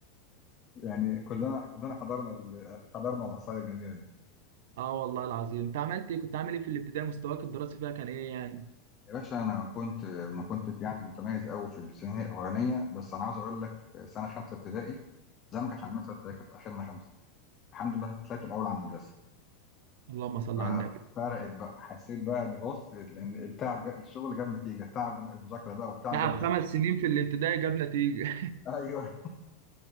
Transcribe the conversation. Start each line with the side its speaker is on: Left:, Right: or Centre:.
Left: يعني كلنا كلنا حضرنا ال- حضرنا العصايه الجميله دي
Right: اه والله العظيم انت عملت ايه كنت عامل ايه في الابتدائي مستواك الدراسي فيها كان ايه يعني
Left: يا باشا انا كنت ما كنتش يعني متميز قوي في السنين الاولانيه بس انا عاوز اقول لك في سنه خمسه ابتدائي زي ما كانش عندنا سته كانت اخرنا خمسه الحمد لله طلعت الاول على المدرسه
Right: اللهم صل
Left: ففرقت
Right: على النبي
Left: بقى حسيت بقى ان بص لان التعب جا- الشغل جاب نتيجه التعب المذاكره بقى والتعب
Right: تعب
Left: جابت
Right: خمس
Left: نتيجه
Right: سنين في الابتدائي جاب نتيجة
Left: <laughs> ايوه